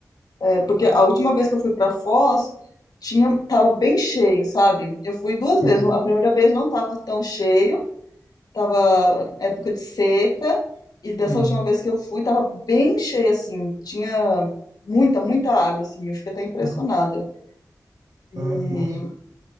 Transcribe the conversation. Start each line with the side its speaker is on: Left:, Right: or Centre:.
Left: É, porque a última vez que eu fui pra Foz, tinha, tava bem cheio, sabe? Eu fui duas
Right: Uhum.
Left: vezes. A primeira vez não tava tão cheio, tava época de seca, e dessa
Right: Uhum.
Left: última vez que eu fui, tava bem cheio, assim. Tinha muita, muita água, assim. Eu fiquei até impressionada.
Right: Uhum.
Left: E,
Right: Ah, que massa.